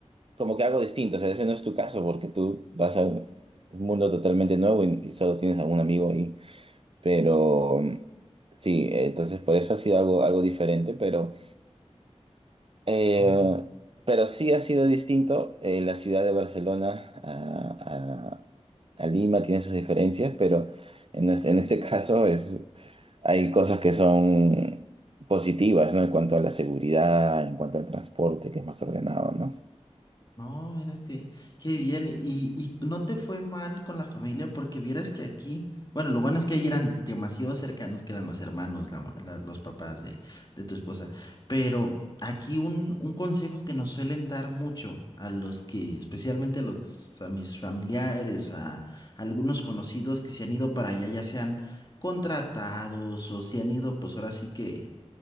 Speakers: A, on the right; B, on the left.
A: como que algo distinto. O sea, ese no es tu caso porque tú vas a un mundo totalmente nuevo y, y solo tienes a un amigo ahí. Pero sí, entonces por eso ha sido algo, algo diferente, pero... Eh,
B: Oh.
A: pero sí ha sido distinto. eh, la ciudad de Barcelona a, a- a Lima tiene sus diferencias, pero en, nues- en este <laughs> caso es, hay cosas que son positivas, ¿no? En cuanto a la seguridad, en cuanto al transporte, que es más ordenado, ¿no?
B: No, mira, que, qué bien. Y, y no te fue mal con la familia porque vieras que aquí, bueno, lo bueno es que ahí eran demasiado cercanos, que eran los hermanos, la ma- la- los papás de, de tu esposa. Pero aquí un, un consejo que nos suelen dar mucho a los que, especialmente a los, a mis familiares, a, algunos conocidos que se han ido para allá, ya sean contratados o se han ido, pues ahora sí que,